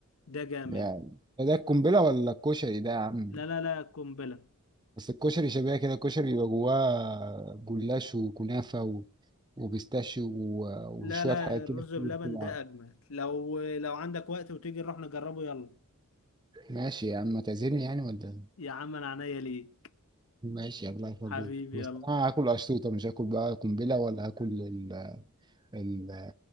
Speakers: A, on the left (about 65°); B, on the right (about 20°).
A: ده جامد
B: يعني ده القنبله ولا الكشري ده يا عم
A: لا لا لا قنبله
B: بس الكشري شبيه كده الكشري بيبقى جواه جلاش وكنافة و... وبيستاشيو و... وشوية
A: لا لا
B: حاجات
A: الرز
B: كده كتير
A: بلبن
B: طبعا
A: ده اجمل لو لو عندك وقت وتيجي نروح نجربه يلا
B: ماشي يا عم ما تعزمني يعني ولا
A: يا عم انا عينيا ليك
B: ماشي الله يخليك
A: حبيبي
B: بس
A: يلا
B: انا هاكل اشطوطة مش هاكل بقى قنبلة ولا هاكل ال... ال...